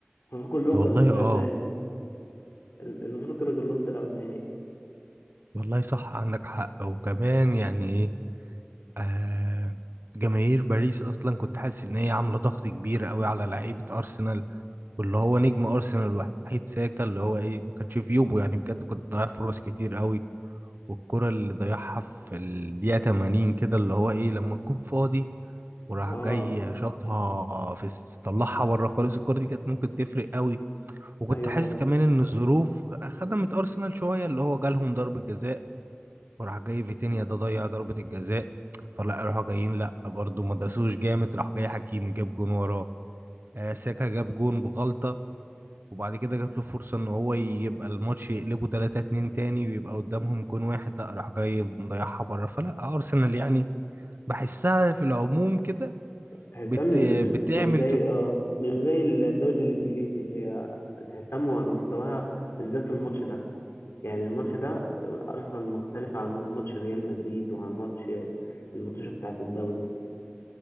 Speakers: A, on the left (about 75°); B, on the right (about 60°).
A: المفروض كلهم
B: والله
A: كانوا طلعوا
B: اه
A: النهائي ال- المفروض كانوا كلهم طلعوا النهائي
B: والله صح عندك حق وكمان يعني ايه آه جماهير باريس اصلا كنت حاسس ان هي عامله ضغط كبير قوي على لعيبه ارسنال واللي هو نجم ارسنال الوحيد ساكا اللي هو ايه ما كانش في يومه يعني بجد كنت ضيع فرص كتير قوي والكره اللي ضيعها في الدقيقه 80 كده اللي هو ايه لما الجون فاضي وراح
A: اه
B: جاي شاطها في الس- طلعها بره خالص الكره دي كانت ممكن تفرق قوي وكنت
A: ايوه
B: حاسس
A: طبعا
B: كمان ان الظروف خدمت ارسنال شويه اللي هو جالهم ضربه جزاء وراح جاي فيتينيا ده ضيع ضربة الجزاء فلا راحوا جايين لا برضه ما داسوش جامد راح جاي حكيمي جاب جون وراه آه، ساكا جاب جون بغلطة وبعد كده جات له فرصة ان هو يبقى الماتش يقلبه 3 2 تاني ويبقى قدامهم جون واحد لا راح جاي مضيعها بره فلا ارسنال يعني بحسها في العموم كده
A: تحسها
B: بت...
A: مش مش
B: بتعمل
A: مش زي
B: ت...
A: اه مش زي الدوري الانجليزي هي تحسها م- مستواها بالذات الماتش ده يعني الماتش ده ارسنال مختلف عن ماتش ريال مدريد وعن ماتش الماتشات بتاعت الدوري